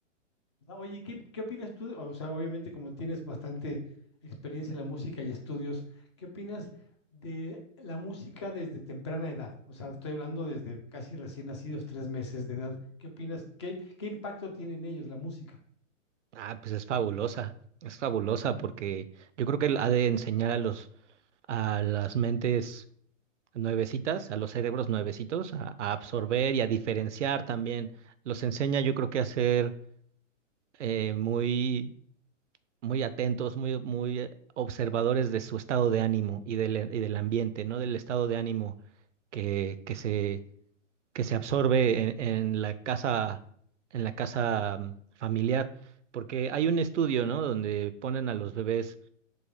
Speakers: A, on the left (about 20°); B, on the right (about 65°).
A: Ah, Oye, ¿qué, qué opinas tú? O sea, obviamente como tienes bastante experiencia en la música y estudios, ¿qué opinas de la música desde temprana edad? O sea, estoy hablando desde casi recién nacidos, tres meses de edad. ¿Qué opinas? ¿Qué, qué impacto tiene en ellos la música?
B: Ah, pues es fabulosa, es fabulosa
A: Ujú,
B: porque yo creo que él ha de enseñar a los, a las mentes nuevecitas, a los cerebros nuevecitos, a, a absorber y a diferenciar también. Los enseña, yo creo que a ser eh, muy muy atentos, muy, muy eh, observadores de su estado de ánimo y del, y del ambiente, ¿no? Del estado de ánimo que, que se, que se absorbe en, en la casa, en la casa mm, familiar. Porque hay un estudio, ¿no? Donde ponen a los bebés